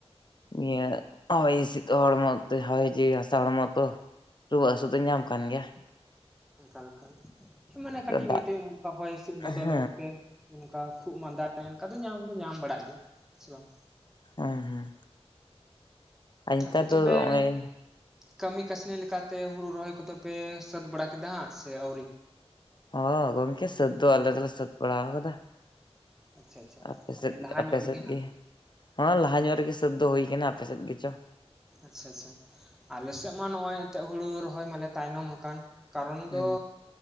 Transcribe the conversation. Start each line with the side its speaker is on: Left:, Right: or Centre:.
Left: ᱱᱤᱭᱟᱹ ᱦᱚᱭ ᱦᱤᱥᱫ ᱦᱚᱲᱢᱚ ᱛᱮ ᱦᱚᱭ ᱡᱤᱣᱤ ᱦᱟᱥᱟ ᱦᱚᱲᱢᱚ ᱛᱚ ᱨᱩᱣᱟᱹ ᱦᱟᱹᱥᱩᱜ ᱫᱚ ᱧᱢᱟ ᱠᱟᱱ ᱜᱮᱭᱟ᱾
Centre: ᱮᱠᱟᱞ ᱮᱠᱟᱞ ᱦᱮ ᱢᱟᱱᱮ ᱠᱟᱹᱴᱤᱡ
Left: ᱫᱟᱜ
Centre: ᱢᱟᱴᱤᱡ ᱱᱚᱜ-ᱚᱱᱠᱟ ᱦᱚᱭ ᱦᱤᱥᱤᱫ ᱵᱚᱫᱚᱞᱚᱜ
Left: ᱦᱮᱸ
Centre: ᱚᱠᱛᱮ᱾ ᱚᱱᱠᱟ ᱠᱷᱩᱜ ᱢᱟᱸᱫᱟ ᱮᱱᱠᱟ ᱫᱚ ᱧᱟᱢ ᱫᱚ ᱧᱟᱢ ᱵᱟᱲᱟᱜ ᱜᱮᱭᱟ ᱥᱮ ᱵᱟᱝ?
Left: ᱦᱩᱸ ᱦᱩᱸ ᱟᱨ ᱱᱮᱛᱟᱨ
Centre: ᱟᱫᱚ ᱛᱚᱵᱮ
Left: ᱫᱚ ᱱᱚᱜᱼᱚᱭ
Centre: ᱠᱟᱹᱢᱤ ᱠᱟᱹᱥᱱᱤ ᱞᱮᱠᱟᱛᱮ ᱦᱩᱲᱩ ᱨᱚᱦᱚᱭ ᱠᱚᱫᱚ ᱯᱮ ᱥᱟᱹᱛ ᱵᱟᱲᱟ ᱠᱮᱫᱟ ᱦᱟᱸᱜ ᱥᱮ ᱟᱹᱣᱨᱤ?
Left: ᱦᱚᱸ ᱜᱚᱝᱠᱮ ᱥᱟᱹᱛ ᱫᱚ ᱟᱞᱮ ᱫᱚᱞᱮ ᱥᱟᱹᱛ ᱵᱟᱲᱟᱣ ᱠᱟᱫᱟ᱾
Centre: ᱟᱪᱪᱷᱟ ᱟᱪᱪᱷᱟ
Left: ᱟᱯᱮ
Centre: ᱢᱟᱱᱮ
Left: ᱥᱮᱫ
Centre: ᱞᱟᱦᱟ
Left: ᱟᱯᱮ
Centre: ᱧᱚᱜ ᱨᱮᱜᱮ
Left: ᱥᱮᱫ
Centre: ᱦᱟᱸᱜ
Left: ᱜᱮ? ᱦᱚᱸ ᱞᱟᱦᱟ ᱧᱚᱜ ᱨᱮᱜᱮ ᱥᱟᱹᱛ ᱫᱚ ᱦᱩᱭ ᱠᱟᱱᱟ ᱟᱯᱮ ᱥᱮᱫ ᱜᱮᱪᱚ?
Centre: ᱟᱪᱪᱷᱟ ᱟᱪᱪᱷᱟ ᱟᱞᱮ ᱥᱮᱜ ᱢᱟ ᱱᱚᱜ-ᱚᱭ ᱮᱱᱛᱮᱫ ᱦᱩᱲᱩ ᱨᱚᱦᱚᱭ ᱢᱟᱞᱮ ᱛᱟᱭᱱᱚᱢ ᱟᱠᱟᱱ᱾ ᱠᱟᱨᱚᱱ
Left: ᱦᱩᱸ
Centre: ᱫᱚ